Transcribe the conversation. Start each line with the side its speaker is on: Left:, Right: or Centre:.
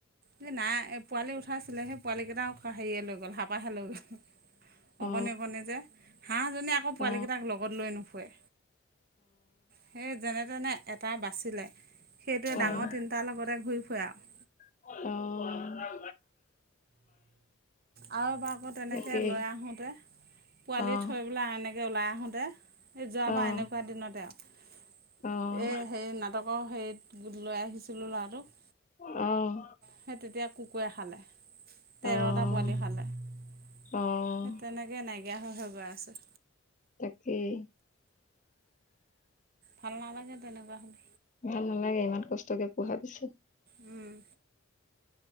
Right: এই নাই এ' পোৱালি উঠাইছিলে, সেই পোৱালী কেটা হেৰীয়ে লৈ গ'ল হাবাহে লৈ গ'ল।
Left: অ
Right: অকণি অকণি যে, হাঁহজনে আকৌ পোৱালী
Left: অ
Right: গেটাক লগত লৈ নুফুুৱে। সে যেনে তেনে এটা বাচিলে। সেইটোৱে
Left: অ
Right: ডাঙ
Left: অ
Right: তিনিটা লগতে ঘূৰি ফুৰে আওঁ।
Left: অ',।
Right: আওঁ এবা ক' তেনেকে
Left: তাকেই
Right: লৈ আহোঁতে পোৱালি
Left: অ',
Right: থৈ ওলা এনেকে ওলায় আহোঁতে এ' যোৱাবা
Left: অ',
Right: এনেকুৱা দিনতে, আওঁ
Left: অ',
Right: এ' হে এ' নাটক হেৰিত লৈ আহিছিলোঁ ল'ৰাটোক।
Left: অ',।
Right: সেই তেতিয়া কুকুৰে খালে, তেৰটা
Left: অ',
Right: পোৱালি খালে। সেই
Left: অ',
Right: তেনেক কে নাইকিয়া হৈ হৈ গয় আছে।
Left: তাকেই।
Right: ভাল নালাগে তেনেকুৱা হ'লে।
Left: ভাল নালাগে ইমান কষ্টকে পোহা পিছত।
Right: উম',।